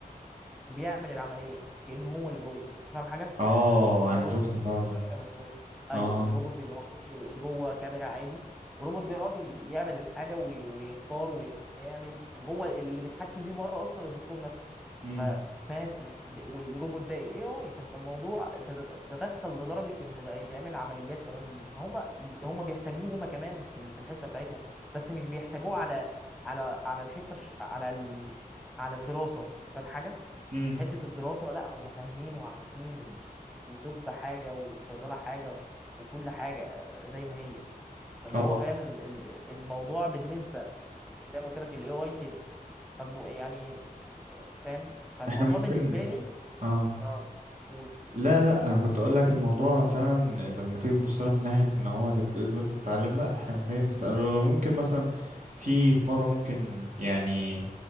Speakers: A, in the centre; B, on the right.
A: وبيعمل العمليه كانه هو اللي جوه فاهم حاجه
B: اه
A: بيبقى
B: انا
A: الروبوت
B: شفت الحوار ده
A: كاميرا من جوه ايوه
B: اه
A: الروبوت بيبقى محطوط له جوه كاميرا عادي وروبوت بيقعد ي- يعمل الحاجه وي- ويختار ويعمل وهو اللي متحكم بيه مره اصلا الدكتور نفسه
B: امم
A: ف- فاهم ال- د- والروبوت ده اي اي فانت الموضوع تت- تدخل لدرجه ان بقى يتعمل عمليات كمان بيه فهم بي- هم بيحتاجوه هم كمان في ال- في الحته بتاعتهم بس مش بيحتاجوه على على على الحته الش- على ال... على الدراسه فاهم حاجه
B: امم
A: حته الدراسه لا هم فاهمين وعارفين ال- وطب حاجه وصيدله حاجه و- وكل حاجه زي ما هي اللي
B: اه
A: هو فاهم ال- ال- الموضوع بالنسبه زي ما قلت لك الاي اي كده فالمو يعني فاهم فالموضوع
B: احنا ممكن
A: بالنسبه لي
B: اه
A: اه قول
B: لا لا انا كنت اقول لك الموضوع فعلا لما تيجي تبص لها من ناحيه ان هو تت- تقدر تتعلم لا احنا محتاجين نتعلم لو لو ممكن مثلا في في مره ممكن يعني